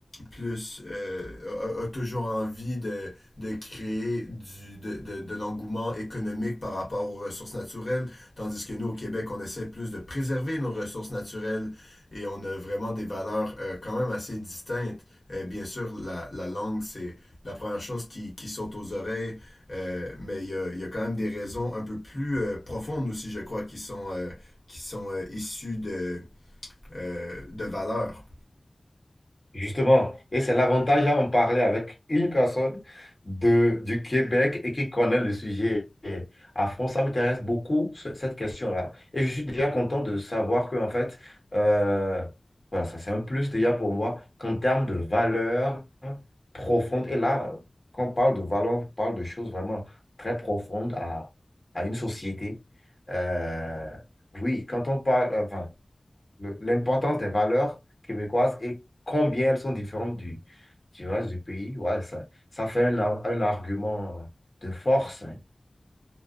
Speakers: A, on the left; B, on the left.
A: plus, euh, a, a, toujours envie de de créer du, de, de, de l'engouement économique par rapport aux ressources naturelles, tandis que nous, au Québec, on essaie plus de préserver nos ressources naturelles et on a vraiment des valeurs euh, quand même assez distinctes. Euh, bien sûr, la, la langue, c'est la première chose qui, qui saute aux oreilles, euh, mais il y a, il y a quand même des raisons un peu plus euh, profondes aussi, je crois, qui sont, euh, qui sont euh, issues de, euh, de valeurs.
B: Justement, et c'est l'avantage à en parler avec une personne de, du Québec et qui connaît le sujet à fond. Ça m'intéresse beaucoup, ce- cette question-là. Et je suis déjà content de savoir que, en fait, euh, voilà, ça c'est un plus déjà pour moi qu'en termes de valeur profonde. Et là, quand on parle de valeur, on parle de choses vraiment très profondes à, à une société. Euh, oui, quand on parle, enfin, le- l'importance des valeurs québécoises et combien elles sont différentes du, du reste du pays. Ouais, ça, ça fait un, ar- un argument de force. hein.